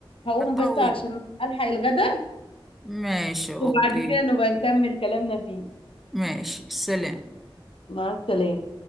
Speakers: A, on the left; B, in the centre.
A: هقوم
B: بطول
A: بس عشان الحق الغداء
B: ماشي اوكي
A: وبعد كده نبقى نكمل كلامنا فيه
B: ماشي سلام
A: مع السلامة